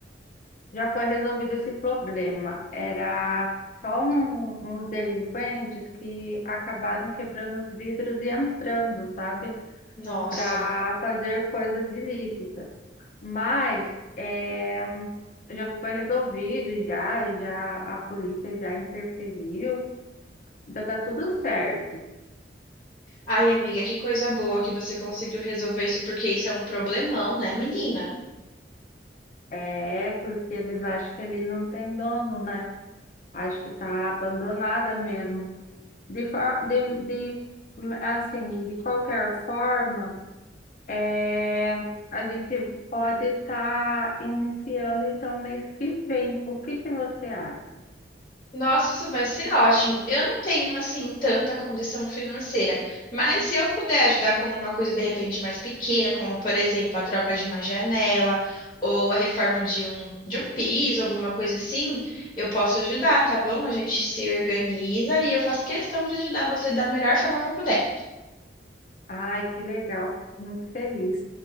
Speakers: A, on the left; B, on the left.
A: Já foi resolvido esse problema. Era só um- uns delinquentes que acabaram quebrando os vidros e entrando, sabe?
B: Nossa.
A: Para fazer coisas ilícitas. Mas é, já foi resolvido, já, já a polícia já interferiu. Então tá tudo certo.
B: Ai, amiga, que coisa boa que você conseguiu resolver isso, porque isso é um problemão, né, menina?
A: É, porque eles acham que ele não tem dono, né? Acho que tá abandonada mesmo. De, for- de, de, assim, de qualquer forma, é, a gente pode estar iniciando então mês que vem. O que que você acha?
B: Nossa, isso vai ser ótimo. Eu não tenho, assim, tanta condição financeira, mas se eu puder ajudar com uma coisa de repente mais pequena, como, por exemplo, a troca de uma janela ou a reforma de um, de um piso, alguma coisa assim, eu posso ajudar, tá bom? A gente se organiza e eu faço questão de ajudar você da melhor forma que eu puder.
A: Ai, que legal, fico muito feliz.